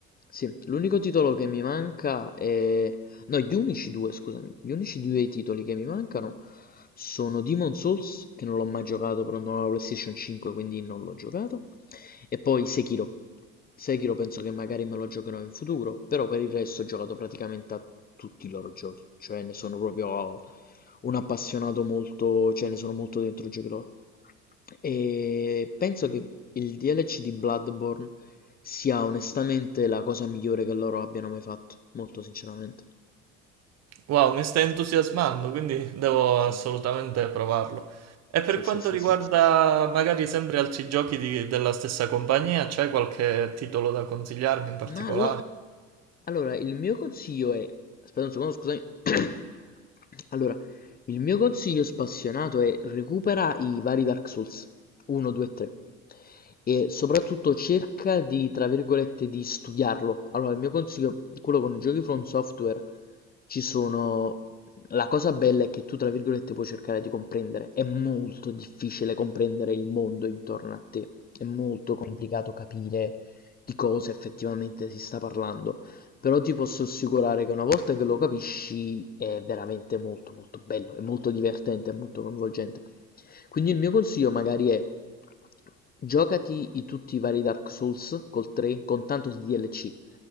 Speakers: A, on the left (about 30°); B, on the right (about 50°).
A: sì, l'unico titolo che mi manca è. No, gli unici due, scusami. Gli unici due titoli che mi mancano sono Demon Souls, che non l'ho mai giocato, però non ho la PlayStation 5, quindi non l'ho giocato. E poi Sekiro. Sekiro penso che magari me lo giocherò in futuro, però per il resto ho giocato praticamente a tutti i loro giochi, cioè ne sono proprio un appassionato molto, cioè ne sono molto dentro i giochi loro. E penso che il DLC di Bloodborne sia onestamente la cosa migliore che loro abbiano mai fatto, molto sinceramente.
B: Wow, mi stai entusiasmando, quindi devo
A: Sì,
B: assolutamente provarlo. E per
A: sì,
B: quanto
A: sì, sì,
B: riguarda
A: sì.
B: magari sempre altri giochi di- della stessa compagnia, c'è qualche titolo da consigliarmi in particolare?
A: Ma allo- allora, il mio consiglio è... Aspetta un secondo, scusami. <clears throat> <coughs> Allora, il mio consiglio spassionato è recupera i vari Dark Souls 1, 2 e 3 e soprattutto cerca di, tra virgolette, di studiarlo. Allora, il mio consiglio, quello con i giochi From Software, ci sono... La cosa bella è che tu, tra virgolette, puoi cercare di comprendere. È molto difficile comprendere il mondo intorno a te. È molto complicato capire di cosa effettivamente si sta parlando, però ti posso assicurare che una volta che lo capisci è veramente molto molto bello, è molto divertente, è molto coinvolgente. Quindi il mio consiglio magari è giocati i- tutti i vari Dark Souls col 3 con tanto di DLC,